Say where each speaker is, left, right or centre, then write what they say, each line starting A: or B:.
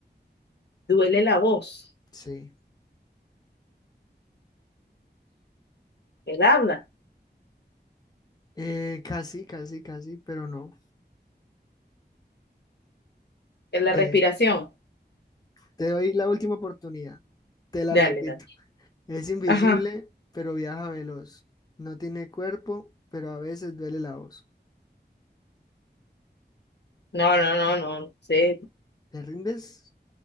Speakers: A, on the left; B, on the left.
A: duele la voz,
B: Sí.
A: el habla,
B: Eh, casi, casi, casi, pero no.
A: en la
B: Te,
A: respiración.
B: te doy la última oportunidad. Te la
A: Dale,
B: repito.
A: dale.
B: Es invisible,
A: Ajá.
B: pero viaja veloz. No tiene cuerpo, pero a veces duele la voz.
A: No, no, no, no, se
B: ¿Te rindes?